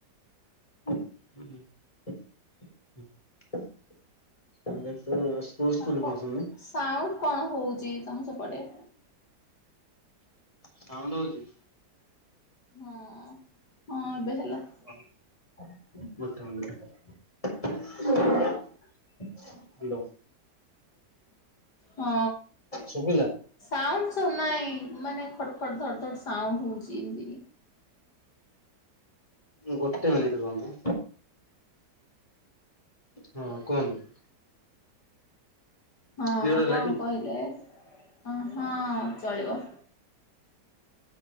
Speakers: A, on the left (about 20°); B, on the left (about 70°).
A: <unintelligible>
B: ଆଉ କଣ
A: ପଢୁଛନ୍ତି?
B: ସାଉଣ୍ଡ କଣ ହଉଚି ତମ ସେପଟେ?
A: ସାଉଣ୍ଡ ହୋଉଚି?
B: ହଁ ହଁ ଏବେ ହେଲା।
A: ହ। <unintelligible> ହ୍ୟାଲୋ।
B: ହଁ।
A: ଶୁବିଲା?
B: ସାଉଣ୍ଡସ୍ ନାଇଁ ମାନେ ଖଡ୍ ଖଡ୍ ଧଡ୍ ଧଡ୍ ସାଉଣ୍ଡ ହଉଚି ଏମତି।
A: ଗୋଟେ ମନିଟ୍ ରୁହନ୍ତୁ। ହଁ କୁହନ୍ତୁ।
B: ହଁ
A: କ୍ଲିୟର ହେଲା
B: କଣ
A: ଟି?
B: କହିଲେ ହଁ ଚଳିବ।